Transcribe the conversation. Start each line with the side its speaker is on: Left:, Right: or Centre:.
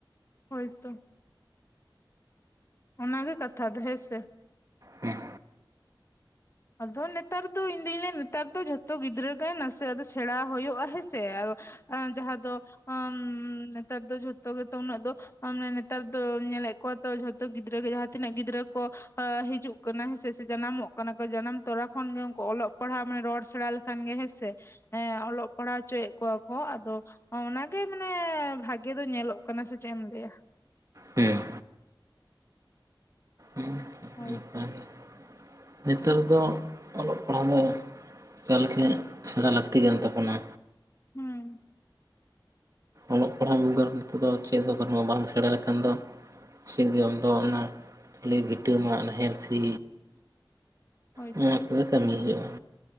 Left: ᱦᱳᱭᱛᱚ ᱚᱱᱟᱜᱮ ᱠᱟᱛᱷᱟ ᱫᱚ ᱦᱮ ᱥᱮ
Right: ᱦᱮᱸ
Left: ᱟᱫᱚ ᱱᱮᱛᱟᱨ ᱫᱚ ᱤᱧᱫᱩᱧ ᱞᱟᱹᱭᱼᱟ ᱱᱮᱛᱟᱨ ᱫᱚ ᱡᱷᱚᱛᱚ ᱜᱤᱫᱽᱨᱟᱹ ᱜᱮ ᱱᱟᱥᱮ ᱟᱫᱚ ᱥᱮᱬᱟ ᱦᱳᱭᱳᱜᱼᱟ ᱦᱮᱸᱥᱮ ᱡᱟᱦᱟᱸ ᱫᱚ ᱟᱸᱻ ᱱᱮᱛᱟᱨ ᱫᱚ ᱡᱷᱚᱛᱚ ᱜᱮᱛᱚ ᱩᱱᱟᱹᱜ ᱫᱚ ᱟᱢᱱᱮ ᱱᱮᱛᱟᱨ ᱫᱚ ᱧᱮᱞᱮᱫ ᱠᱚᱣᱟ ᱛᱚ ᱡᱷᱚᱛᱚ ᱜᱤᱫᱽᱨᱟᱹ ᱡᱟᱦᱟᱸ ᱛᱤᱱᱟᱹᱜ ᱜᱤᱫᱽᱨᱟᱹ ᱠᱚ ᱦᱤᱡᱩᱜ ᱠᱟᱱᱟ ᱦᱮᱸᱥᱮ ᱡᱟᱱᱟᱢᱚᱜ ᱠᱟᱱᱟ ᱡᱟᱱᱟᱢ ᱛᱚᱨᱟ ᱠᱷᱚᱱᱜᱮ ᱩᱱᱠᱩ ᱚᱞᱚᱜ ᱯᱟᱲᱦᱟᱣ ᱢᱟᱱᱮ ᱨᱚᱲ ᱥᱮᱬᱟ ᱞᱮᱠᱷᱟᱱ ᱜᱮ ᱦᱮᱸ ᱥᱮ ᱦᱮᱸ ᱚᱞᱚᱜ ᱯᱟᱲᱦᱟᱣ ᱦᱚᱪᱚᱭᱮᱫ ᱠᱚᱣᱟ ᱠᱚ ᱟᱫᱚ ᱚᱱᱟᱜᱮ ᱢᱟᱱᱮ ᱵᱷᱟᱜᱮ ᱫᱚ ᱧᱮᱞᱚᱜ ᱠᱟᱱᱟ ᱥᱮ ᱪᱮᱫ ᱮᱢ ᱞᱟᱹᱭᱟ
Right: ᱦᱩᱸ ᱮ <unintelligible>
Left: ᱦᱳᱭᱛᱚ
Right: ᱱᱮᱛᱟᱨ ᱫᱚ ᱚᱞᱚᱜ ᱯᱟᱲᱦᱟᱣ ᱢᱟᱹᱭ ᱮᱠᱟᱞ ᱜᱮ ᱥᱮᱬᱟ ᱞᱟᱹᱠᱛᱤ ᱠᱟᱱ ᱛᱟᱵᱚᱱᱟ
Left: ᱦᱩᱸ
Right: ᱚᱞᱚᱜ ᱯᱟᱲᱦᱟᱜ ᱵᱮᱜᱚᱨ ᱱᱤᱛᱚᱜ ᱫᱚ ᱪᱮᱫ ᱦᱚᱸ ᱵᱟᱹᱱᱩᱜᱼᱟ ᱵᱟᱢ ᱥᱮᱬᱟ ᱞᱮᱠᱷᱟᱱ ᱫᱚ ᱥᱤᱨᱡᱚᱱ ᱫᱚ ᱚᱱᱟ ᱠᱷᱟᱹᱞᱤ ᱵᱷᱤᱴᱟᱹ ᱢᱟᱜ ᱱᱟᱦᱮᱞ ᱥᱤ
Left: ᱦᱳᱭᱛᱚ
Right: ᱱᱚᱣᱟ ᱠᱚᱜᱮ ᱠᱟᱹᱢᱤ ᱦᱩᱭᱩᱜᱼᱟ